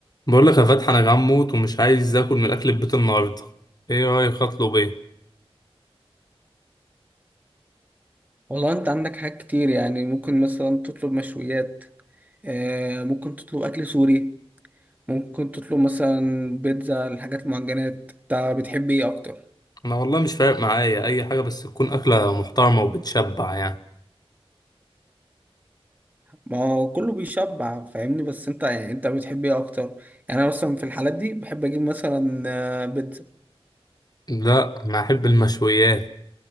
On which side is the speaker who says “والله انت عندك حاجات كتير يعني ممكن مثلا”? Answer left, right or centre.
Right